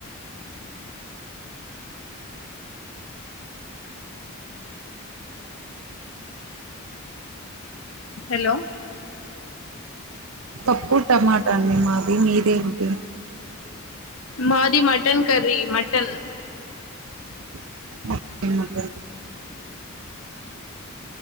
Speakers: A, on the left; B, on the right.
A: హలో
B: పప్పు టమాటా అని మాది మీదేంటి
A: మది మాటి మటన్ కర్రీ మటన్
B: అ